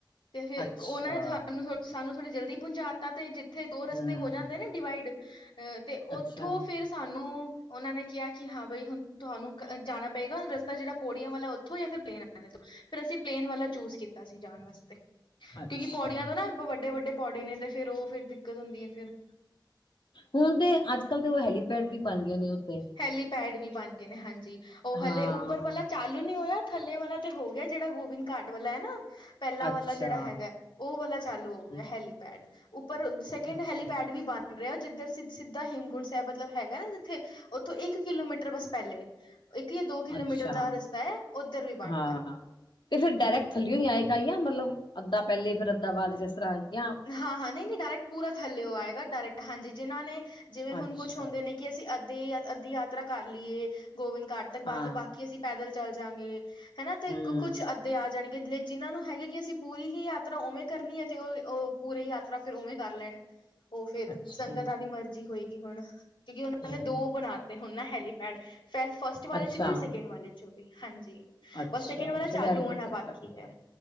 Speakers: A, on the left (about 85°); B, on the left (about 75°).
A: ਤੇ ਫਿਰ
B: ਅੱਛਾ
A: ਕੋ ਉਹਨਾਂ ਨੇ ਸਾਨੂੰ ਸਾਨੂੰ ਥੋੜੀ ਜਲਦੀ ਪਹੁੰਚਾ ਤਾ, ਤੇ ਥੇ ਦੋ ਰਸਤੇ
B: ਹਮ
A: ਹੋ ਜਾਂਦੇ ਨੇ ਡਿਵਾਈਡ, ਅਅ ਤੇ
B: ਅੱਛਾ
A: ਓਥੋਂ ਫਿਰ ਸ ਸਾਨੂੰ ਉਹਨਾਂ ਨੇ ਕਿਹਾ, ਕਿ ਹਾਂ ਬਈ ਹੁਣ ਤੁਹਾਨੂੰ ਕਅ ਜਾਣਾ ਪਏਗਾ, ਰਸਤਾ ਜਿਹੜਾ ਪੌੜੀਆਂ ਵਾਲਾ ਥੋਂ ਜਾਂ ਫਿਰ ਪਲੇਨ ਆਲੇ ਤੋਂ, ਫਿਰ ਅਸੀਂ ਪਲੇਨ ਵਾਲਾ ਚੂਜ਼ ਕੀਤਾ ਸੀ ਜਾਣ ਵਾਸਤੇ,
B: ਅੱਛਾ
A: ਕਿ ਪੌੜੀਆਂ
B: ਹਮ,
A: ਤੋਂ ਨਾ ਵੱਡੇ-ਵੱਡੇ ਪੌੜੇ ਨੇ ਤੇ ਫ਼ਿਰ ਉਹ ਫੇਰ ਦਿੱਕਤ ਹੁੰਦੀ ਹੈ ਫਿਰ।
B: ਹੁਣ ਤੇ ਅੱਜ ਕੱਲ੍ਹ ਤ ਓ ਹੈਲੀਪੈਡ ਵੀ ਬਣ ਗੇ ਨੇ ਓਤੇ।
A: ਹੈਲੀਪੈਡ ਵੀ ਬਣ ਗਏ ਨੇ ਹਾਂਜੀ, ਓ ਹਲੇ
B: ਹਾਂ
A: ਉੱਪਰ ਵਾਲਾ ਚਾਲੂ ਨੀ ਹੋਇਆ, ਥੱਲੇ ਵਾਲਾ ਤੇ ਹੋ ਗਿਐ ਜਿਹੜਾ ਗੋਬਿੰਦ ਘਾਟ ਵਾਲਾ ਐ ਨਾ। ਪਹਿਲਾ
B: ਅੱਛਾ
A: ਵਾਲਾ ਜਿਹੜਾ ਹੈਗੈ, ਉਹ ਵਾਲਾ ਚਾਲੂ ਹੋ ਗਿਐ
B: ਹਮ,
A: ਹੈਲੀਪੈਡ। ਉੱਪਰ ਸੈਕਿੰਡ
B: ਅੱਛਾ
A: ਹੈਲੀਪੈਡ ਵੀ ਬਣ ਰਿਐ, ਜਿੱਧਰ ਸਿੱਧ ਸਿੱਧਾ ਹੇਮਕੁੰਟ ਸੈਬ ਮਤਲਬ ਹੈਗੈ ਥੇ ਉੱਥੋਂ ਇੱਕ ਕਿਲੋਮੀਟਰ ਬਸ ਪਹਿਲੇ। ਇੱਕ ਯਾ ਦੋ ਕਿਲੋਮੀਟਰ
B: ਅੱਛਾ
A: ਦਾ ਰਸਤਾ ਐ, ਉੱਧਰ ਵੀ ਬਣ
B: ਹਾਂ
A: ਗਿਆ।
B: ਤੇ ਫਿਰ ਡਾਇਰੈਕ ਥੱਲੇਓ ਈ ਆਏ ਗਾ ਜਾਂ ਮਤਲਬ ਅੱਧਾ ਪਹਿਲੇ ਫਿਰ ਅੱਧਾ ਬਾਦ ਜ ਏਸ ਤਰ੍ਹਾਂ ਜਾਂ
A: ਹਾਂ-ਹਾਂ ਨਹੀਂ-ਨਹੀਂ ਡਾਇਰੈਕਟ ਪੂਰਾ ਥੱਲੇਉ ਆਏਗਾ ਡਾਇਰੈਕਟ ਹਾਂਜੀ ਜਿਹਨਾਂ ਨੇ ਜਿਵੇਂ ਹੁਣ
B: ਅੱਛਾ
A: ਕੁਛ ਹੁੰਦੇ ਨੇ। ਕਿ ਅਸੀਂ ਅੱਧੇ ਅੱਧੀ ਯਾਤਰਾ ਕਰ ਲਈਏ ਗੋਬਿੰਦ ਘਾਟ ਤੱਕ ਬਸ
B: ਹਾਂ
A: ਬਾਕ ਕੀ ਅਸੀਂ ਪੈਦਲ ਚੱਲ ਜਾਂਗੇ ਹਨਾ ਤੇ
B: ਹੂੰ
A: ਕੁੱਛ ਅ ਦੇ ਆ ਜਾਣਗੇ ਜਿਹਨਾਂ ਨੂੰ ਹੈਗਾ ਕਿ ਅਸੀਂ ਪੂਰੀ ਹੀ ਯਾਤਰਾ ਉਵੇਂ ਕਰਨੀ ਹੈ ਅਤੇ ਉਹ-ਉਹ ਪੂਰੇ ਯਾਤਰਾ ਫਿਰ ਉਵੇਂ ਕਰ ਲੈਣ ਉਹ ਫਿਰ
B: ਅੱਛਾ
A: ਸੰਗਤਾਂ ਦੀ ਮਰਜ਼ੀ ਹੋਏਗੀ ਹੁਣ ਕਿਉਂਕਿ ਉਹਨਾਂ
B: ਹੂੰ
A: ਨੇ ਦੋ ਬਣਾਤੇ ਹੁਣ ਨਾ ਹੈਲੀਪੈਡ ਫ ਫਸਟ ਵਾਲੇ
B: ਅੱਛਾ
A: 'ਚ ਵੀ ਸੈਕਿੰਡ ਵਾਲੇ ਵੀ ਹਾਂਜੀ।
B: ਅੱਛਾ
A: ਬਸ ਸੈਕਿੰਡ ਵਾਲਾ
B: ਚਲੋ
A: ਚਾਲੂ
B: ਇਹ ਤੇ
A: ਹੋਣਾ
B: ਬਹੁਤ ਅੱਛਾ
A: ਬਾਕੀ
B: ਕੀਤਾ
A: ਹੈ